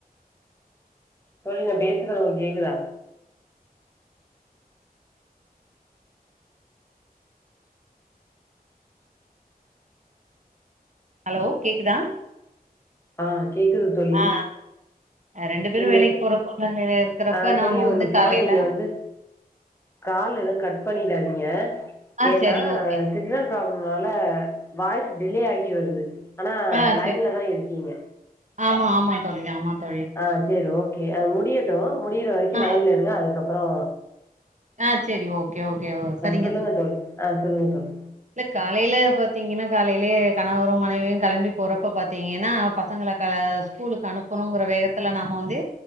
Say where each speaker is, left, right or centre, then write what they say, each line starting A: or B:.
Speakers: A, on the left; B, on the right.
A: தோழி நா பேசுறது உங்களுக்கு கேக்குதா
B: ஹலோ கேக்குதா
A: ஆ கேக்குது தோழி
B: ஆ ரெண்டு பேரு
A: நீங்க
B: வேலைக்கு போற சூழ்நிலையில இருக்குறப்ப
A: ஆ தோழி
B: நாம வந்து
A: ஒரு நிமிஷோ
B: காலையில
A: நீங்க வந்து கால் எது கட் பண்ணிடாதீங்க
B: ஆ
A: ஏனா
B: சரி ஓகே
A: சிக்னல் ப்ளாபம்னால வாய்ஸ் டிலே ஆகி வருது ஆனா
B: ஆ
A: லைன்ல
B: சரி
A: தா இருக்கீங்க
B: ஆமா ஆமா தோழி ஆமா தோழி
A: ஆ சேரி ஓகே அது முடியட்டு முடியிற வரைக்கு
B: ஆ
A: லைன்ல இருங்க அதுக்கப்பறோ
B: ஆ செரி ஓகே ஓகே ஒ செரிங்க
A: சொல்லுங்க
B: தோ
A: தோழி ஆ சொல்லுக தோழி
B: இல்ல காலையில பாத்திங்கன்னா காலையிலயே கணவரு மனைவியு கெளம்பி போறப்ப பாத்திங்கன்னா பசங்கள கா ஸ்கூலுக்கு அனுப்பணுங்கற வேகத்துல நாம வந்து